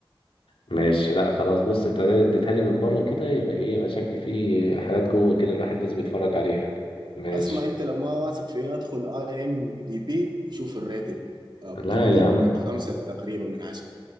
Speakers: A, on the left; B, on the right.
A: ماشي لا خلاص بص انت ما اديتها لي من بره كده يبقى ايه يبقى شكلي فيه حاجات جوه كده الواحد لازم يتفرج عليها ماشي
B: اسمع انت لو ما واثق فيني ادخل اي ام دي بي وشوف الريتنج طب
A: لا
B: 8.5
A: يا عم
B: تقريبا من 10